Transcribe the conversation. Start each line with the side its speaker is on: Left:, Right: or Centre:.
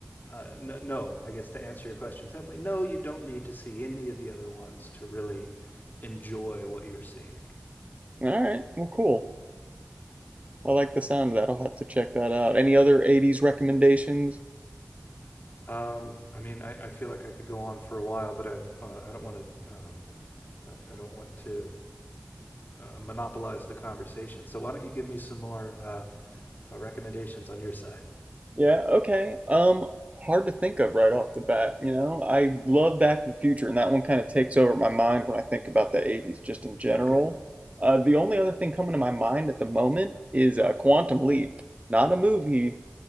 Left: uh, no, no, I guess to answer your question simply, no, you don't need to see any of the other ones to really enjoy what you're seeing.
Right: All right. Well, cool. I like the sound of that. I'll have to check that out. Any other 80s recommendations?
Left: Um, I mean, I, I feel like I could go on for a while, but I've, uh, I don't want to, um, I- don't want to uh, monopolize the conversation. So why don't you give me some more uh, uh, recommendations on your side?
Right: Yeah, okay. Um hard to think of right off the bat, you know. I love Back to the Future and that one kind of takes over my mind when I think about the 80s just in general.
Left: Okay.
Right: Uh the only other thing coming to my mind at the moment is uh, Quantum Leap. Not a movie,